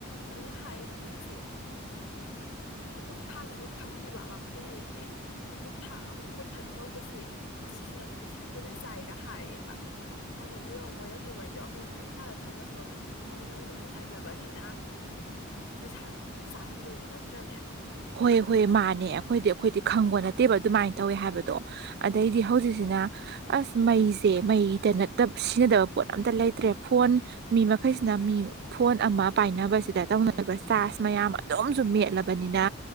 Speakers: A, on the left; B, on the right.
A: ꯃꯣꯏꯅ ꯍꯥꯏꯔꯤꯕ ꯃꯩꯁꯦ ꯑꯗꯨꯝ ꯊꯥꯜꯂꯒ ꯊꯝꯈꯤꯕ ꯐꯩ ꯑꯃꯨꯛ ꯊꯥꯛ ꯑꯃꯨꯛ ꯃꯨꯊꯠ ꯇꯧꯕꯁꯤꯦ ꯑꯁꯤꯁꯤꯅꯁꯨ ꯄꯩꯁꯥ ꯍꯦꯟꯅ ꯆꯥꯏꯒ ꯍꯥꯏꯦꯕ ꯑꯗ ꯑꯃꯨꯛ ꯌꯦꯧꯝꯣꯏ ꯑꯗꯨꯃꯥꯏꯗꯤ ꯑꯩꯈꯣꯏ ꯑꯗꯨꯝ ꯥꯜꯂ ꯊꯝꯃꯁꯨ ꯃꯣꯏꯗ ꯑꯣꯏꯅ ꯃꯨꯊꯠꯂꯕꯅꯤꯅ ꯄꯩꯁꯥꯗꯤ ꯑꯗꯨꯝ ꯆꯥꯔꯝꯗꯣꯏꯅꯤꯅ ꯆꯅ
B: ꯍꯣꯏ ꯍꯣꯏ ꯃꯥꯅꯦ ꯑꯩꯈꯣꯏꯗꯤ ꯑꯩꯈꯣꯏꯗꯤ ꯈꯪꯕꯣ ꯅꯠꯇꯦꯕ ꯑꯗꯨꯃꯥꯏꯅ ꯇꯧꯋꯦ ꯍꯥꯏꯕꯗꯣ ꯑꯗꯩꯗꯤ ꯍꯧꯖꯤꯛꯁꯤꯅ ꯑꯁ ꯃꯩꯁꯦ ꯃꯩꯗ ꯅ ꯁꯤꯖꯤꯟꯅꯗꯕ ꯄꯣꯠ ꯑꯝꯇ ꯂꯩꯇ꯭ꯔꯦ ꯐꯣꯟ ꯃꯤ ꯃꯈꯩꯁꯤꯅ ꯃꯤ ꯐꯣꯟ ꯑꯃ ꯄꯥꯏꯅꯕꯁꯤꯗ ꯇꯧꯅꯔꯤꯕ ꯆꯥꯔꯖ ꯃꯌꯥꯝ ꯑꯗꯨꯝꯁꯨ ꯃꯦꯠꯂꯕꯅꯤꯅ